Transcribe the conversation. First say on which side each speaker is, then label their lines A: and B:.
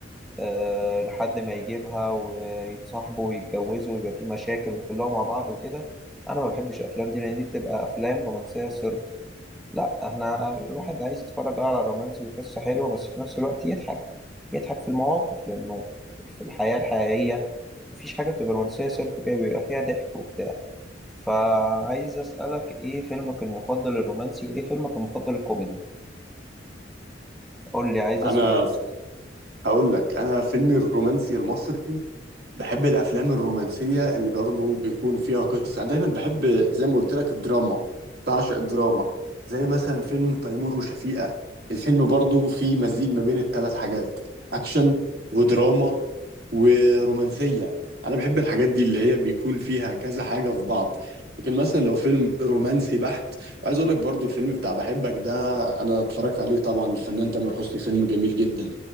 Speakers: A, in the centre; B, on the right.
A: آه، لحد ما يجيبها ويتصاحبوا ويتجوزوا ويبقى في مشاكل ويحلوها مع بعض وكده انا ما بحبش الافلام دي لان دي بتبقى افلام رومانسيه صرف لا احنا الواحد عايز يتفرج على رومانسي وقصه حلوه بس في نفس الوقت يضحك يضحك في المواقف لانه في الحياه الحقيقيه مفيش حاجه بتبقى رومانسيه صرف كده بيبقى فيها ضحك وبتاع فعايز أسألك إيه فيلمك المفضل الرومانسي وإيه فيلمك المفضل الكوميدي؟ قول لي عايز أسمع
B: انا هقول لك انا فيلمي الرومانسي المصري بحب الافلام الرومانسيه اللي برضه بيكون فيها قصه انا دايما بحب زي ما قلت لك الدراما بعشق الدراما زي مثلا فيلم تيمور وشفيقة الفيلم برضه فيه مزيج ما بين الثلاث حاجات اكشن ودراما ورومانسيه انا بحب الحاجات دي اللي هي بيكون فيها كذا حاجه في بعض لكن مثلا لو فيلم رومانسي بحت وعايز اقول لك برضه الفيلم بتاع بحبك ده انا اتفرجت عليه طبعا الفنان تامر حسني فيلم جميل جدا